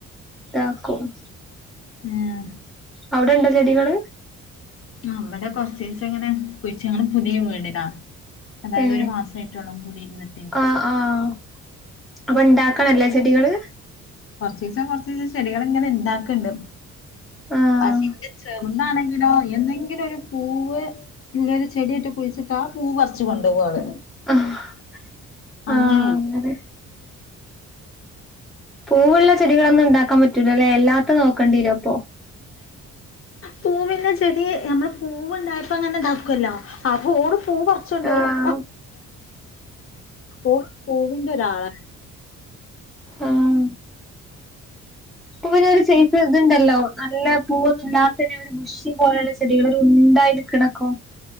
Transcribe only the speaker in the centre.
ഇതാക്കും
അവിടെണ്ട ചെടികള്
ഏ
ആഹ് ആഹ് അപ്പൊ ഇണ്ടാക്കണല്ലേ ചെടികള്
ആഹ്
ആഹ്
അങ്ങനെ പൂവുള്ള ചെടികളൊന്നും ഉണ്ടാക്കാൻ പറ്റൂല്ല ല്ലേ അല്ലാത്ത നോക്കേണ്ടി വരും അപ്പോ
ആഹ്
ആഹ പൂവിന ഒരു സൈസ് ഇതുണ്ടല്ലോ നല്ല പൂവൊന്നും ഇല്ലാത്തെ ഷി പോലെയുള്ള ചെടികള് ഒരു ഉണ്ടായി നിക്കണക്കോ